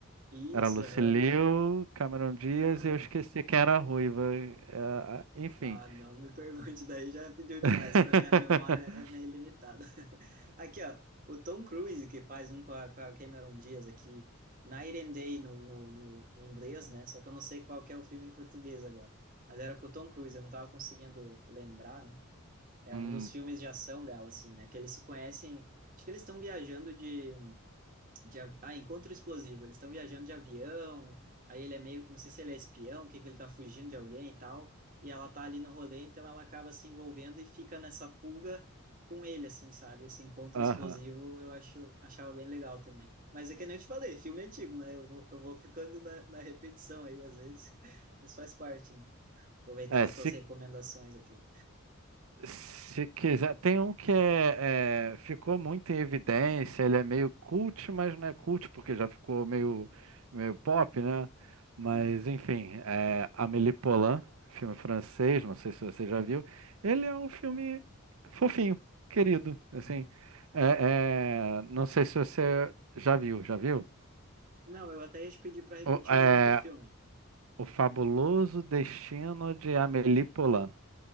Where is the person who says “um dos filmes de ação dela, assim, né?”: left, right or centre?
Right